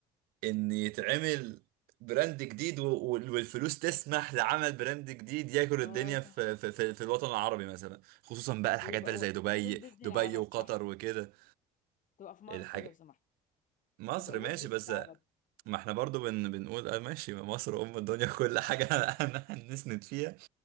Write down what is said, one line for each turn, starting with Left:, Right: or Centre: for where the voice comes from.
Right: إن يتعمل براند جديد و- وال- والفلوس تسمح لعمل براند جديد ياكل
Left: اه
Right: الدنيا
Left: صح
Right: في, في, في, في الوطن العربي مثلا خصوصا بقى الحاجات
Left: ويبقى
Right: بقى اللي
Left: و-
Right: زي دبي
Left: والت ديزني
Right: دبي
Left: العرب
Right: وقطر
Left: صح
Right: وكده
Left: تبقى في مصر
Right: الحاجة
Left: لو سمحت
Right: مصر
Left: يبقى والت
Right: ماشي
Left: ديزني
Right: بس
Left: العرب
Right: ما احنا برضو بن... بنقول اه ماشي مصر ام الدنيا كل حاجة <laughs> انا هنسند فيها